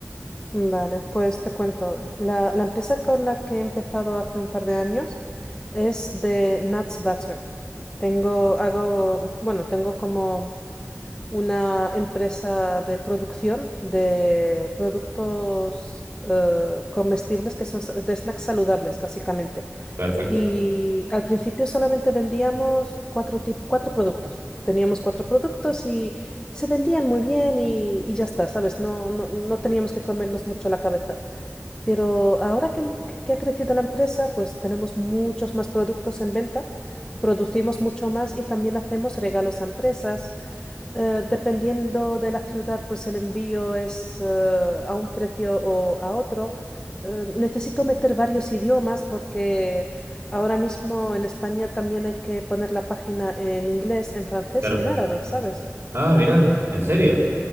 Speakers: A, on the left; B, on the right.
A: Vale, pues te cuento. La, la empresa con la que he empezado hace un par de años es de Nuts Butter. Tengo, hago, bueno, tengo como una empresa de producción de productos eh, comestibles que son sa- de snacks saludables, básicamente.
B: Perfecto.
A: Y al principio solamente vendíamos cuatro tipos cuatro productos. Teníamos cuatro productos y se vendían muy bien y, y ya está, ¿sabes? No, no, no teníamos que comernos mucho la cabeza. Pero ahora que, em- que- que ha crecido la empresa, pues tenemos muchos más productos en venta, producimos mucho más y también hacemos regalos a empresas. Eh, dependiendo de la ciudad, pues el envío es eh, a un precio o a otro. Eh, necesito meter varios idiomas porque ahora mismo en España también hay que poner la página en inglés, en francés
B: Claro.
A: y en árabe, ¿sabes?
B: Ah, mira, ¿en serio?